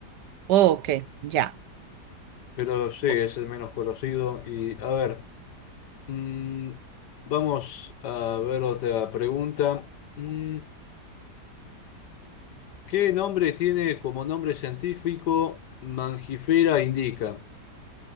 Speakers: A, on the right; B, on the left.
A: Oh, ok, ya.
B: Pero sí, es
A: Bu-
B: el menos conocido. Y a ver, mm, vamos a ver otra pregunta. Mm, ¿qué nombre tiene como nombre científico Mangifera indica?